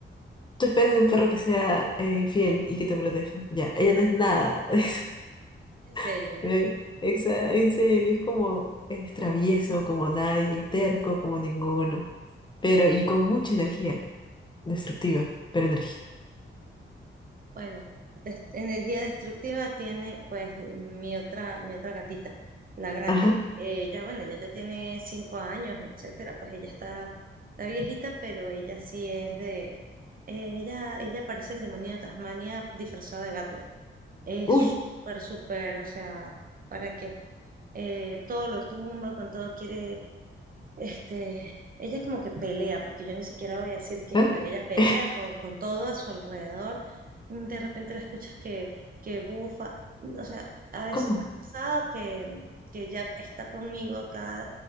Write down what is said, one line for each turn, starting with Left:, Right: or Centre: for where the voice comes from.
Left: Tú esperas de un perro que sea eh, fiel y que te proteja. Ya, ella no es nada de eso. <laughs>
Right: en serio.
Left: Eh, exa- En serio, es como, es travieso como nadie, terco como ninguno, pero y con mucha energía, destructiva, pero energía.
Right: Bueno, des- energía destructiva tiene pues mi otra, mi otra gatita, la grande.
Left: Ajá.
Right: Eh, Ya, bueno, ella ya tiene cinco años, etcétera, pues ella está, está viejita, pero ella sí es de, eh, ella, ella parece el demonio de Tasmania disfrazado de gato. Es
Left: Uy,
Right: súper, súper, o sea, ¿para qué? Eh, todo lo tumba, con todo quiere este, ella como que pelea, porque yo ni siquiera voy a decir que
Left: ¿eh?
Right: juega, ella pelea
Left: <laughs>
Right: con, con todo a su alrededor. Mm, De repente la escuchas que, que bufa. mm, O sea, a veces
Left: ¿Cómo?
Right: me ha pasado que, que Jack está conmigo acá,